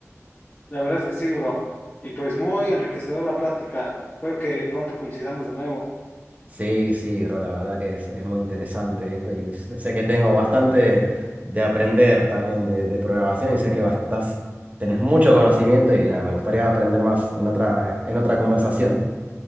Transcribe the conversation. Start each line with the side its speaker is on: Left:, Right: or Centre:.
Left: La verdad es que sí, bro. Y pues muy enriquecedora la plática. Espero que pronto coincidamos de nuevo.
Right: Sí, sí, bro, la verdad que es, es muy interesante esto y sé sé que tengo bastante de aprender también de, de programación y sé que bastas- tenés mucho conocimiento y nada, me gustaría aprender más en otra, en otra conversación.